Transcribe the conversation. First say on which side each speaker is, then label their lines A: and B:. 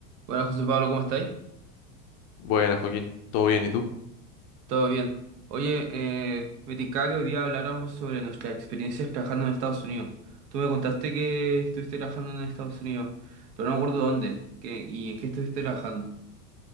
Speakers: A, on the right; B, on the left.
A: Hola José Pablo, ¿cómo estáis?
B: Buenas, Joaquín. ¿Todo bien? ¿Y tú?
A: ¿Todo bien? Oye, eh, me tincaba que hoy día habláramos sobre nuestras experiencias trabajando en Estados Unidos. Tú me contaste que estuviste trabajando en Estados Unidos, pero no me acuerdo dónde qué, y en qué estuviste trabajando.